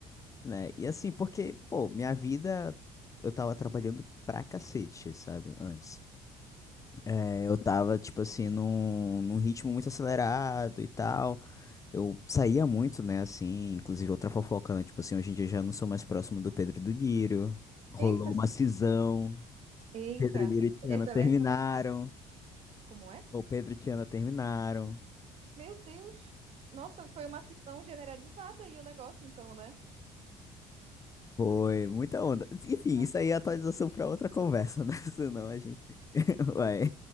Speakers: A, on the left; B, on the right.
A: né? E assim, porque, pô, minha vida, eu tava trabalhando pra cacete, sabe? Antes. É, eu tava, tipo assim, num, num ritmo muito acelerado e tal. Eu saía muito, né? Assim, inclusive outra fofoca, né? Tipo assim, hoje em dia eu já não sou mais próximo do Pedro e do Niro. Rolou
B: Eita, se-
A: uma cisão.
B: eita,
A: Pedro e Niro e Tiana
B: essa,
A: terminaram.
B: essa vai ficar pra- como é?
A: Ou Pedro e Tiana terminaram.
B: Meu Deus, nossa, foi uma cisão generalizada aí o negócio, então, né?
A: Foi muita onda. Enfim,
B: Ah.
A: isso aí é atualização para outra conversa, né? <laughs> Senão a gente <laughs> vai